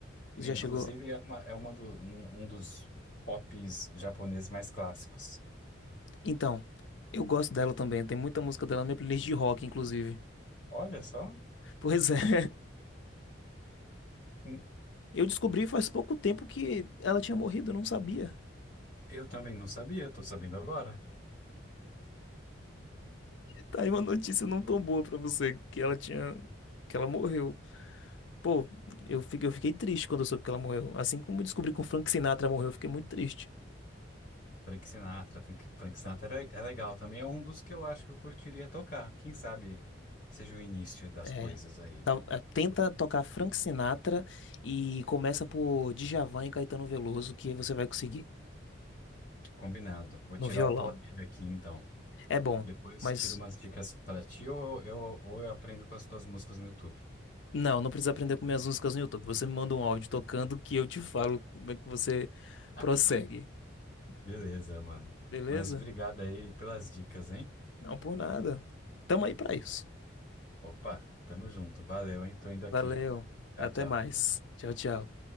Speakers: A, on the left; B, on the left.
A: E,
B: já
A: Inclusive
B: chegou.
A: é, uma, é uma do- um um dos pops japoneses mais clássicos.
B: Então, eu gosto dela também. Tem muita música dela na minha playlist de rock, inclusive.
A: Olha só,
B: Pois é, <laughs>
A: Hum,
B: eu descobri faz pouco tempo que ela tinha morrido, eu não sabia.
A: eu também não sabia, tô sabendo agora.
B: Tá aí uma notícia não tão boa pra você, que ela tinha, que ela morreu. Pô, eu fiquei, eu fiquei triste quando eu soube que ela morreu. Assim como eu descobri que o Frank Sinatra morreu, eu fiquei muito triste.
A: Frank Sinatra, Frank, Frank Sinatra é, é legal também, é um dos que eu acho que eu curtiria tocar. Quem sabe seja o início das
B: É.
A: coisas aí.
B: tá- é, Tenta tocar Frank Sinatra e começa por Djavan e Caetano Veloso, que você vai conseguir
A: Combinado. Vou
B: no
A: tirar
B: violão.
A: o pó dele aqui então.
B: É bom.
A: Depois
B: Mas
A: tiro umas dicas pra ti ou eu, ou eu aprendo com as tuas músicas no YouTube.
B: Não, não precisa aprender com minhas músicas no YouTube. Você me manda um áudio tocando que eu te falo como é que você
A: <laughs>
B: prossegue.
A: Beleza, mano.
B: Beleza?
A: Mas obrigado aí pelas dicas, hein?
B: Não por nada. Tamo aí pra isso.
A: Opa, tamo junto. Valeu, hein? Tô indo aqui.
B: Valeu.
A: Tchau,
B: Até
A: tchau.
B: mais. Tchau, tchau.